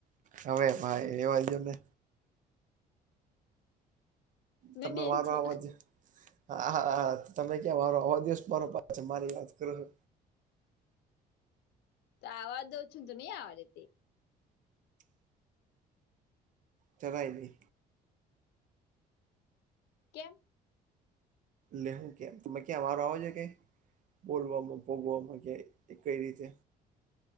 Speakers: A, on the right; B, on the left.
A: હવે ભાઈ એ વાજઓને
B: મેં
A: તમે
B: બેન
A: વારો
B: છું
A: આવાજ. હા હાા તમે ક્યાં મારો આવા દિવસ મારો પા મારી વાત કરો છો.
B: તો આવાજ દ ઓ છું તો નહી આવાજે તે
A: ચલાાયલી
B: કેમ?
A: લેહું કે તમે ક્યા મારો આવજ કે બોલવામાં ભોગવામાં કે એ કઈ રીતે